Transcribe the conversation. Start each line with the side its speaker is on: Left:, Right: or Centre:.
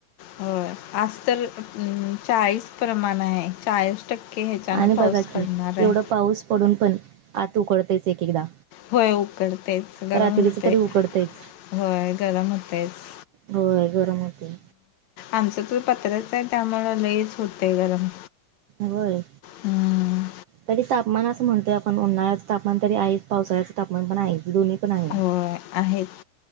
Left: होय आज तर उ चाळीस प्रमाण आहे चाळीस. टक्के ह्याच्यानं
Right: आणि
Left: पाऊस
Right: बघा की
Left: पडणारा
Right: एवढं
Left: हाय.
Right: पाऊस पडून पण आत उकडतयच एक एकदा.
Left: व्हय उकडतयच गरम
Right: रात्रीच
Left: हुतंय
Right: तरी उकडतयच
Left: व्हय गरम हुतयचं.
Right: होय गरम होतेय.
Left: आमचं तर पत्र्याच आहे त्यामुळं लईच होतंय गरम.
Right: होय.
Left: हम्म.
Right: तरी तापमान असं म्हणतोय आपण उन्हाळ्याच तापमान तरी आहेच पावसाळ्याच तापमान पण आहे दोन्ही पण आहे. <inaudible>
Left: होय आहेत.